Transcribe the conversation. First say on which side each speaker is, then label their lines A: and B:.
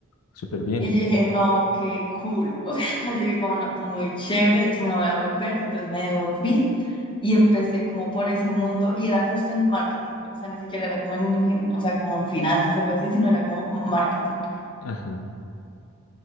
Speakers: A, on the left; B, on the left.
A: súper bien.
B: Y yo dije, no, qué cool. <laughs> O sea, yo dije como, no, muy chévere, me voy a devolver. Entonces me devolví y empecé como por ese mundo y era justo en marketing. O sea, ni siquiera era como en, ingen- o sea, como en finanzas o algo así, sino era como marketing.
A: Ajá.